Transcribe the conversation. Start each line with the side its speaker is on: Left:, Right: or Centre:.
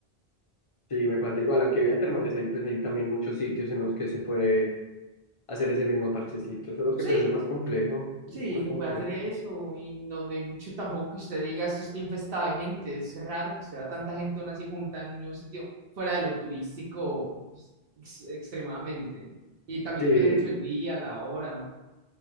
Left: Sí, me parece igual, aunque vía termales hay, pues, hay también muchos sitios en los que se puede hacer ese mismo parchecito, solo que
Right: Sí,
Left: pues es más complejo, mucho
Right: Sí,
Left: más
Right: se
Left: complejo.
Right: puede hacer eso y no, no hay mucho tampoco que usted diga esto está infestado de gente. Es raro que usted vea tanta gente aún así junta en un mismo sitio, fuera de lo turístico pues, ex- extremadamente. Y también
Left: Sí.
Right: depende mucho del día, la hora.